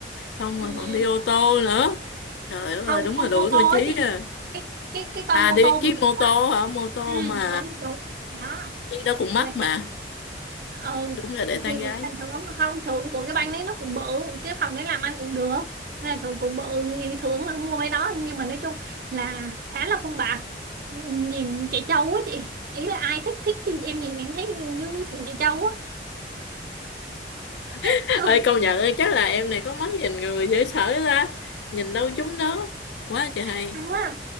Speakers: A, on the left; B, on the right.
A: không
B: ừm,
A: rồi còn đi ô tô nữa trời ơi
B: không
A: đúng
B: không
A: là đủ
B: mô
A: tiêu
B: tô
A: chí
B: á chị
A: à
B: cái cái cái con
A: à
B: mô
A: đi
B: tô
A: chiếc
B: bự bự.
A: mô tô hả mô tô
B: ừ,
A: mà
B: đúng đúng đó
A: chiếc đó cũng mắc
B: là
A: mà
B: ừ
A: đúng là để tán
B: thì
A: gái
B: thành thưởng không thưởng của cái banh đấy nó cũng bự cái phòng đấy làm ăn cũng được nên là thưởng cũng bự thì thưởng là mua mấy đó nhưng mà nói chung là khá là phong bạc nhìn chạy trâu á chị ý là ai thích thích thì em nhìn em thấy như thằng chạy trâu á
A: <laughs>
B: <laughs> không
A: ơi công nhận ơi chắc là em này có mắt nhìn người dễ sợ ra nhìn đâu chúng đó quá trời hay
B: xong á